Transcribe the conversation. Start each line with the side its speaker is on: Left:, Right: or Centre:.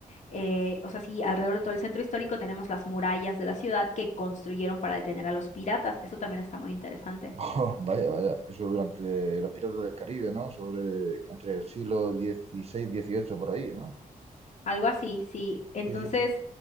Left: eh, o sea, sí, alrededor de todo el centro histórico tenemos las murallas de la ciudad que construyeron para detener a los piratas. Eso también está muy interesante.
Right: <laughs> vaya, vaya. Eso durante los piratas del Caribe, ¿no? Sobre entre el siglo XVI, XVIII, por ahí, ¿no?
Left: Algo así, sí. Entonces...
Right: Sí, sí, sí.